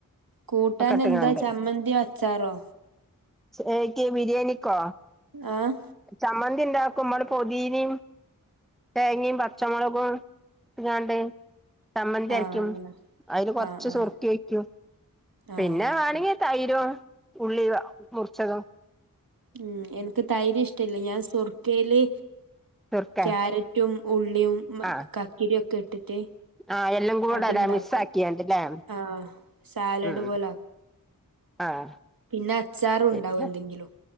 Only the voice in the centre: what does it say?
ഒക്കെ ഇട്ട്ങ്ങാണ്ട്
എയ്ക്ക് ബിരിയാണിക്കോ?
ചമ്മന്തിണ്ടാക്കും മ്മള് പൊതീനിം തേങ്ങിം പച്ചമൊളകും ഇട്ട്കാണ്ട് ചമ്മന്തിയരക്കും
അയില് കൊർച്ച്
സുർക്കെയ്ക്കും
പിന്നെ
വാണെങ്കി
തൈരും ഉള്ളി മുർച്ചതും
സുർക്ക
ആഹ്
ആഹ് എല്ലാം കൂടെ
അല്ലേ മിക്സ് ആക്കിയാണ്ട്ല്ലേ
ഉം
ആഹ്
പിന്നെ